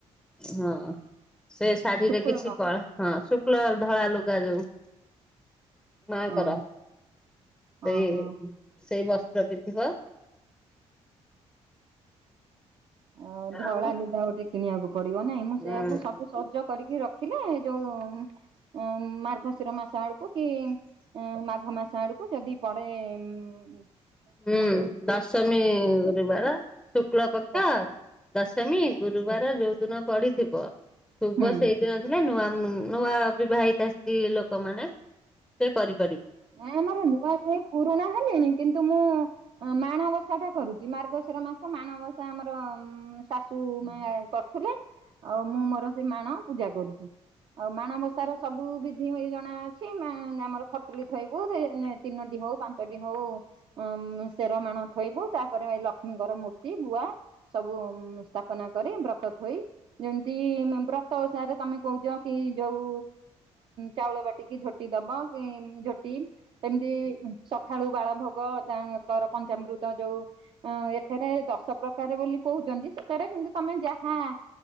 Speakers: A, in the centre; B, on the right.
A: ହଁ ସେ ଶାଢୀରେ
B: ଶୁକ୍ଳ
A: କିଛି କଳା ହଁ ଶୁକ୍ଲ ଧଳା ଲୁଗା ଯୋଉ। ମାଙ୍କର
B: ହଁ
A: ସେଇ
B: ଓହୋ
A: ସେଇ ବସ୍ତ୍ର ପିନ୍ଧିବ।
B: ଅ ଧଳା
A: ଆଉ
B: ଲୁଗା ଗୋଟେ କିଣିବାକୁ ପଡିବ ନାଇଁ ମୁଁ
A: ହୁଁ
B: ସେଇୟାକୁ ସବୁ ସଜ କରିକି ରଖିଲେ ଯୋଉ ଉଁମ୍ ମାର୍ଗଶିର ମାସ ଆଡ଼କୁ କି ମାଘ୍ ମାସ ଆଡକୁ ଯଦି ପଡେ ଉଁ
A: ହୁଁ ଦଶମୀ ଗିବାର ଶୁକ୍ଳ କକ୍ଷ
B: ଆରମ୍ଭ
A: ଦଶମୀ ଗୁରୁବାର ଯୋଉ ଦିନ ପଡିଥିବ ଶୁଭ
B: ହୁଁ
A: ସେଇ ଦିନ ଥିଲେ ନୂଆ ନୂଆ ବିବାହିତା ସ୍ତ୍ରୀ ଲୋକମାନୋନେ ସେ କର
B: ନାଇଁ ଆମର ନୂଆ ନୁହେଁ ପୁରୁଣା ହେଲିଣି କିନ୍ତୁ ମୁଁ ମାଣବସା ଟା କରୁଛି। ମାର୍ଗଶିର ମାସ ମାଣବସା ଆମର ଶାଶୁ ଥିଲେ ଆଉ ମୁଁ ମୋର ସେ ମାଣ ପୂଜା କରୁଛି। ଆଉ ମାଣବସା ର ସବୁ ବିଧି ଜଣା ଅଛି ଆମର ଖର୍ଚ୍ଚ ତିନ ହଉ ପାଞ୍ଚ ହଉରଣଥୋଇୁ ତାପରେ ଲକ୍ଷ୍ମୀଙ୍କର ମୂର୍ତ୍ତି ଗୁଆ ସବୁ ସ୍ଥାପନା କରି ବ୍ରତ ଥୋଇ ଯେମିତି ବ୍ରତ ଓସାରେରେ ତମେ କହୁଛ କି ଯୋଉ ଚାଉଳ ବାଟିକି ଝୋଟି ଦବ କି? ଝୋଟି ସେମିତି ଖାଳୁ ବାଳ ଭୋଗ ତର ପଞ୍ଚାମୃତ ଯୋଉ ଅ ଏଥିରେ ଦଶ ପ୍ରକାର ବୋଲି କହୁ। ସେଥିରେ କିନ୍ତୁ ତମେ ଯାହାଁ